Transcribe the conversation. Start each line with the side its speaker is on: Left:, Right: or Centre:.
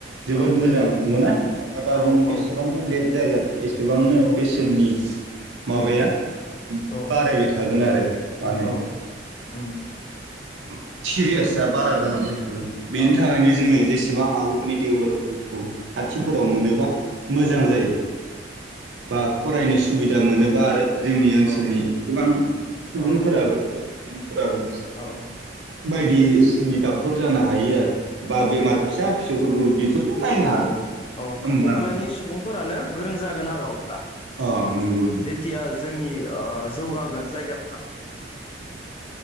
Right: जोबोद
Left: औ
Right: मोजां नंगौना? नङाबा
Left: औ
Right: नों बेसेबांनो
Left: औ
Right: लेट जागोन एस बिबांनो
Left: औ
Right: पेसेन्टनि माबाया
Left: औ औ
Right: बारायबाय थागोन आरो मा होनो
Left: औ उम
Right: <inaudible> सिरियासा बारा जालांबाय थागोन बेनि
Left: औ
Right: थाखायनो जोङो जेसे बेसेबां हागौ मेडिकेलफोरखौ खाथिफोराव मोनोबा मोजां
Left: औ
Right: जायो बा फरायनो सु सुबिदा मोनोबा आरो जोंनि ओनसोलनि
Left: औ
Right: गोबां सुबुंफोराबो
Left: औ
Right: बर' सुबुंफोराबो।
Left: औ
Right: बायदि रोखोमनि दाब टर जानो हायो आरो। बा
Left: औ
Right: बेमार
Left: खाथि
Right: फिसा फिसौफोरखौ बि बेफोरनो नायनो हागोन
Left: औ
Right: होमबाना
Left: खाथि खालानि सुबुंफोरानो गोरों जागोन आरो अब्ला।
Right: अ नंगौ
Left: जेथिया जोंनि ओ जौगागोन जायगाफोरा।